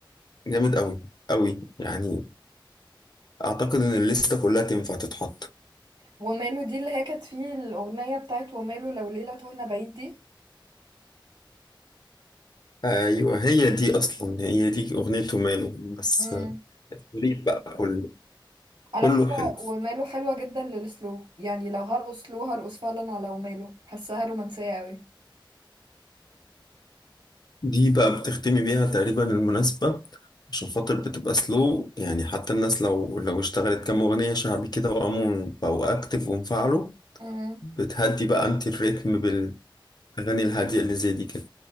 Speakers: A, on the left; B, on the right.
A: جامد قوي قوي يعني اعتقد ان الليسته كلها تنفع تتحط
B: وماله دي اللي هي كانت فيه الاغنيه بتاعت وماله لو ليله تهنا بعيد دي
A: ايوه هي دي اصلا هي دي اغنيته ماله بس
B: امم
A: آه، التوليد بقى كله
B: على
A: كله
B: فكرة
A: حلو
B: وماله حلوة جدا للسلو يعني لو هرقص سلو هرقص فعلا على وماله حاساها رومانسية قوي
A: دي بقى بتختمي بيها تقريبا المناسبة عشان خاطر بتبقى سلو يعني حتى الناس لو لو اشتغلت كام أغنية شعبي كده وقاموا بقوا أكتف وانفعلوا
B: امم
A: بتهدي بقى أنت الريتم بالأغاني الهادية اللي زي دي كده